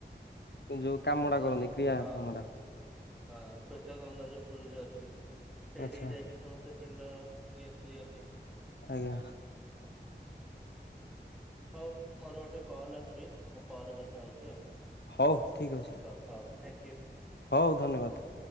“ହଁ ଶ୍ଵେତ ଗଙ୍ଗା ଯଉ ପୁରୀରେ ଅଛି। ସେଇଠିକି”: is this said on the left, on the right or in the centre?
Centre